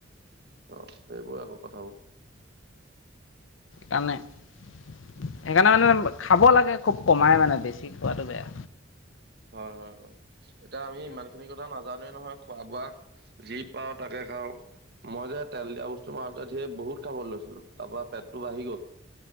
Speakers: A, on the right; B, on the left.
A: অ', সেইবোৰ আকৌ কথাাবোৰ।
B: কাৰণে <unintelligible> সেইকাৰণে মানে খাব লাগে খুব কমাই মানে বেছি খোৱাটো বেয়া।
A: হয় হয়, এতিয়া আমি ইমান খিনি কথা নাজানোৱে নহয়। খোৱা বোৱা, যি পাওঁ তাকে খাওঁ। মই যে তেল দিয়া বস্তু মাৰোতি ধেই বহুত খাবলৈ লৈছিলো, তাৰ পৰা পেটটো বাঢ়ি গ'ল।